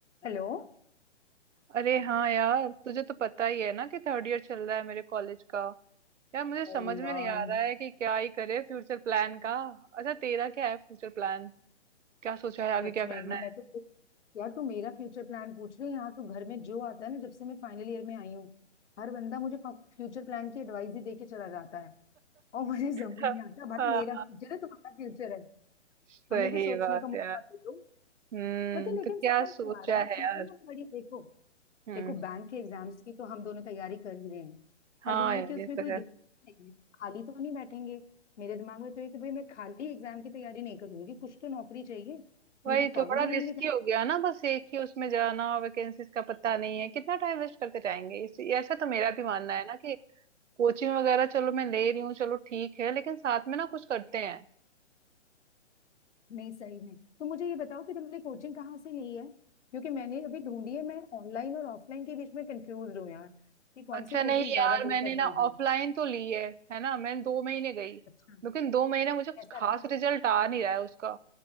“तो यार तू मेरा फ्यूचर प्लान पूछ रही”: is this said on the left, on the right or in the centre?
Left